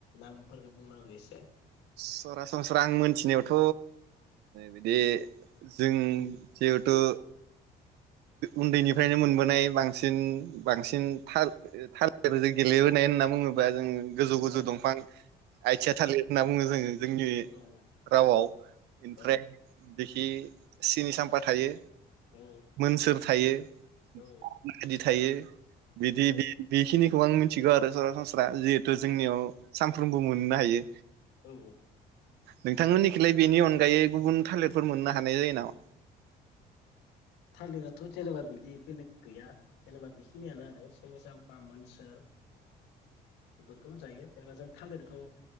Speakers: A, on the left (about 90°); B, on the right (about 75°).
A: नामफोरखौ बुंना हो एसे।
B: सरासनस्रा आं मोनथिनायावथ' बिदि जों जिहेथु उन्दैनिफ्रायनो मोनबोनाय बांसिन बांसिन थाल थाल जों गेलेबोनाय होनना बुङोबा जों गोजौ गोजौ
A: औ
B: दंफां आथिया
A: औ
B: थालिर होनना बुङो जोङो जोंनि
A: औ
B: रावआव इनिफ्राय
A: औ
B: बिखि सिनि साम्फा थायो।
A: औ
B: मोनसोर थायो। <unintelligible>
A: औ
B: थायो। बिदि
A: औ
B: बि बिखिनि खौ आं मिनथिगौ आरो सरासनस्रा जिहेथु जोंनियाव सानफ्रोमबो मोननो हायो।
A: औ
B: नोंथांमोननिखिलाय बेनि अनगायै गुबुन थाइलेरफोर मोननो हानाय जायो नामा?
A: थालिराथ' तेनेकुवा बिदि बेलेग गैया । जेनेबा बेखिनियानो आरो सिनि साम्फा, मोनसोर बेफोरखौनो जायो जेनेबा जों थालिरखौ